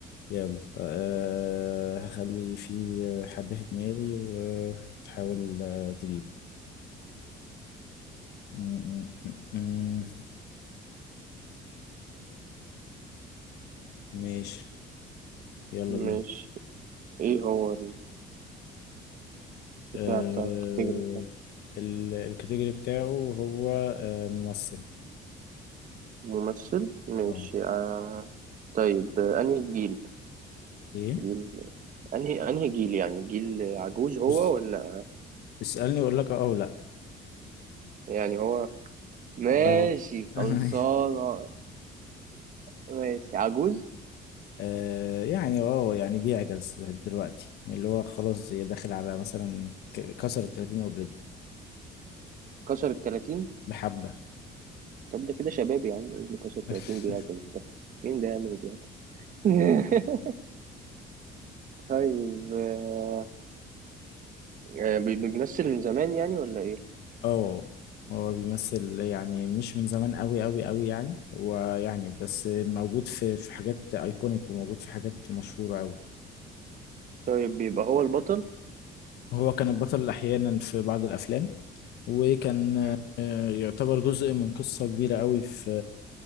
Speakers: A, on the left; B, on the right.
A: يلا أه هخلي في حد في دماغي وتحاول آه، تجيبه م- م- م- م. ماشي يلا
B: مش
A: بينا
B: ايه هو
A: أه
B: البتاع بتاع الكاتيجوري
A: ال- الكاتيجوري بتاعه هو أه ممثل
B: ممثل ماشي
A: اه
B: آه. طيب آه، انهي جيل
A: ايه
B: جيل انهي انهي جيل يعني جيل عجوز هو
A: بص
B: ولا
A: اسألني واقول لك اه او لا
B: يعني هو ماشي
A: لو <laughs>
B: خلصانة ماشي عجوز
A: أه يعني اه يعني بيعجز دلوقتي اللي هو خلاص داخل على مثلا ك- كسر ال 30 اوريدي
B: كسر التلاتين
A: بحبة
B: طب ده كده شباب يا عم إيه اللي كسر التلاتين
A: <laughs>
B: بيعجز ده مين ده يعمل إيه بيعجز <laughs> طيب آه، آه، بي- بيمثل من زمان يعني ولا ايه
A: اه هو بيمثل يعني مش من زمان قوي قوي قوي يعني ويعني بس موجود في في حاجات ايكونيك وموجود في حاجات مشهورة قوي
B: طيب بيبقى هو البطل
A: هو كان البطل احيانا في بعض الافلام وكان
B: مم.
A: آه، يعتبر جزء من قصة كبيرة قوي في